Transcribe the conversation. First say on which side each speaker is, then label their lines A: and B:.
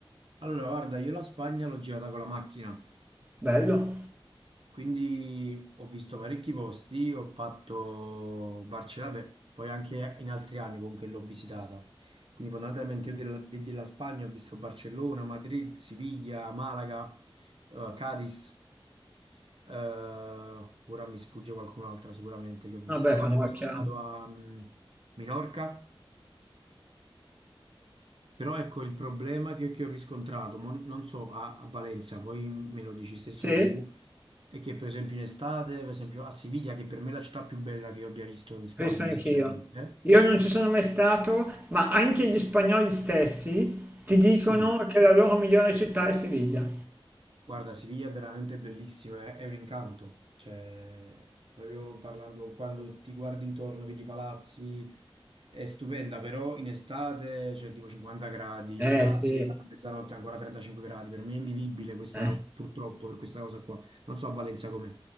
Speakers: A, on the right; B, on the right.
A: Allora, guarda, io la Spagna l'ho girata con la macchina.
B: Bello.
A: Quindi ho visto parecchi posti, ho fatto Barcellona, beh, poi anche in altri anni comunque l'ho visitata. Quindi fondamentalmente io della, de- della Spagna ho visto Barcellona, Madrid, Siviglia, Malaga, eh, Cadiz, eh, ora mi sfugge qualcun'altra sicuramente che ho visto.
B: Vabbè,
A: Vabbè,
B: però
A: poi
B: è chiaro.
A: sono stato a mm, Minorca, però ecco il problema che, che ho riscontrato, mo non so a, a Valencia, poi me lo dici stesso
B: Sì,
A: tu, è che per esempio in estate, per esempio a Siviglia, che per me è la città più bella che io abbia visto in Spagna,
B: penso anch'io.
A: sinceramente,
B: Io non ci sono mai stato, ma anche gli spagnoli stessi ti dicono
A: mm,
B: che la loro migliore città è Siviglia.
A: Guarda, Siviglia è veramente bellissima, è è un incanto, cioè, proprio parlando, quando ti guardi intorno, vedi i palazzi, è stupenda, però in estate c'è tipo 50 gradi,
B: Eh
A: la
B: sì,
A: sera a mezzanotte ancora 35 gradi, per me è invivibile questa,
B: eh.
A: purtroppo, per questa cosa qua, non so a Valencia com'è.